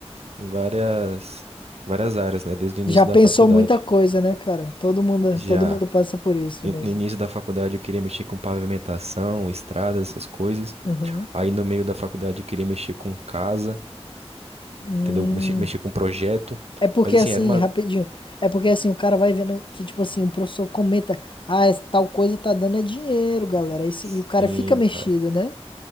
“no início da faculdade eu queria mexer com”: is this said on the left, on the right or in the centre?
Right